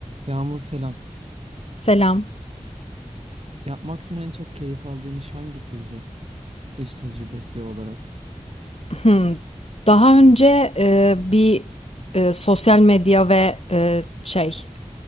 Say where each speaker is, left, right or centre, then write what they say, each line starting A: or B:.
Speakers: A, on the right; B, on the left.
A: Yağmur selam.
B: Selam.
A: Yapmaktan en çok keyif aldığın iş hangisiydi? İş tecrübesi olarak.
B: Hmm. Daha önce e, bir e, sosyal medya ve e, şey